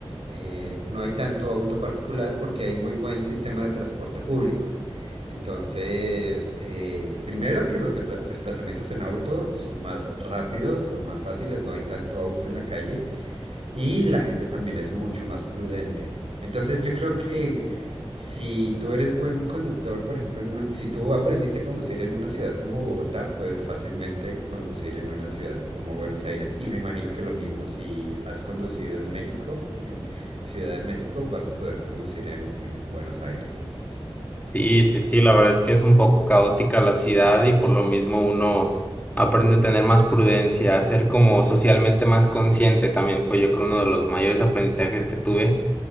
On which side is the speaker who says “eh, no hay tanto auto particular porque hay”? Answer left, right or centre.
Right